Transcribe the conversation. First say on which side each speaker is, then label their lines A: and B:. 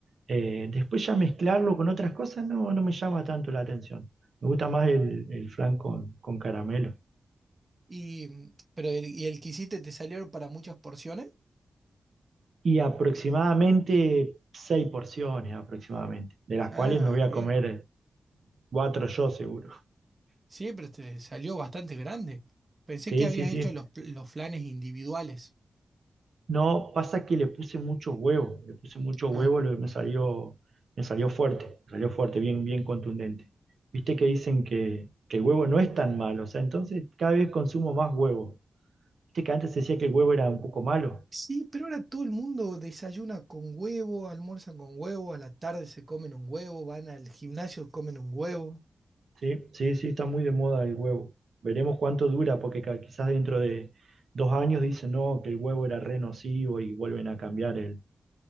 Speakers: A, on the right; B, on the right.
A: Eh, después ya mezclarlo con otras cosas no, no me llama tanto la atención. Me gusta más el, el flan con con caramelo.
B: Y, mm, pero el, y el que hiciste te salió para muchas porciones.
A: Y aproximadamente seis porciones, aproximadamente, de las
B: Ah,
A: cuales me voy a
B: bien.
A: comer cuatro yo seguro.
B: Sí, pero te salió bastante grande. Pensé
A: Sí,
B: que habías
A: sí, sí.
B: hecho los, pl- los flanes individuales.
A: No, pasa que le puse mucho huevo, le puse mucho
B: Ah.
A: huevo, lo- me salió, me salió fuerte, me salió fuerte, bien, bien contundente. Viste que dicen que, que el huevo no es tan malo, o sea, entonces cada vez consumo más huevo. Viste que antes se decía que el huevo era un poco malo,
B: Sí, pero ahora todo el mundo desayuna con huevo, almuerza con huevo, a la tarde se comen un huevo, van al gimnasio, comen un huevo.
A: Sí, sí, sí, está muy de moda el huevo. Veremos cuánto dura, porque ca- quizás dentro de dos años dicen no, que el huevo era re nocivo y vuelven a cambiar el,